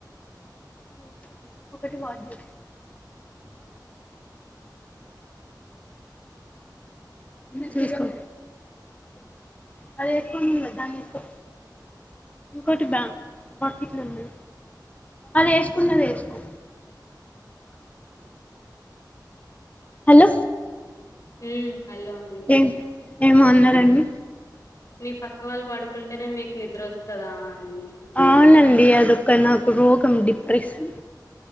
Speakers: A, on the left; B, on the left.
A: అేదు ఒకటి వాళ్ళది
B: ఆ
A: చూస్కో అది ఎత్తుకో మంటుంది దాన్ని ఎత్తుకో ఇంకోటి బ్యా బకెట్లు ఉంది అది వేసుకున్నది వేసుకో హలో
B: ఉ హలో అండి
A: ఏ ఏమో అనరండి
B: మీ పక్క వాళ్ళు పడుకుంటేనే మీకు నిద్ర వస్తదా అని అన్నాను
A: ఆవున్ అండి అదొ ఒక నాకు రోగం డిప్రెషన్